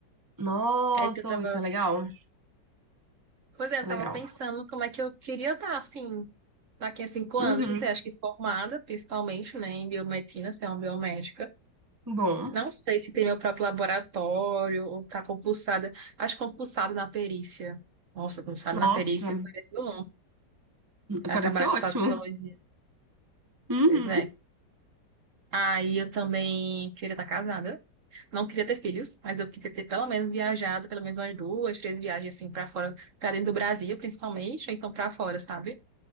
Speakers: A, on the right; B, on the right.
A: Nossa,
B: É que eu tava.
A: ô, isso é legal.
B: Pois é,
A: Isso
B: eu
A: é
B: tava
A: legal.
B: pensando como é que eu queria estar assim daqui a cinco
A: Uhum.
B: anos. Não sei, acho que formada, principalmente, né, em biomedicina, ser uma biomédica.
A: Bom.
B: Não sei se ter meu próprio laboratório ou estar compulsada. Acho compulsada na perícia. Nossa, compulsada
A: Nossa,
B: na perícia parece bom.
A: pareceu
B: Acabar
A: ótimo.
B: com toxicologia.
A: Uhum.
B: Pois é. Aí eu também queria estar casada. Não queria ter filhos, mas eu queria ter pelo menos viajado, pelo menos umas duas, três viagens assim pra fora, pra dentro do Brasil, principalmente, ou então pra fora, sabe?